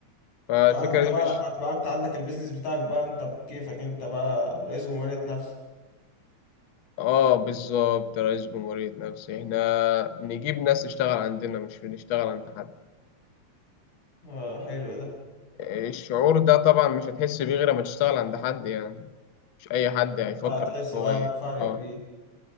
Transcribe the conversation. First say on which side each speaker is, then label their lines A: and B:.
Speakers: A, on the left; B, on the left.
A: فالفكرة
B: اه انت بقى
A: دي مش
B: لما تبقى انت عندك البيزنس بتاعك بقى انت بكيفك انت بقى رئيس جمهورية نفسك
A: اه بالظبط رئيس جمهورية نفسي احنا نجيب ناس تشتغل عندنا مش بنشتغل عند حد
B: اه حلو ده
A: والشعور ده طبعا مش هتحس بيه غير لما تشتغل عند حد يعني مش أي حد هيفكر
B: اه تحس
A: إن هو
B: بقى
A: إيه
B: بفرق
A: أه
B: كبير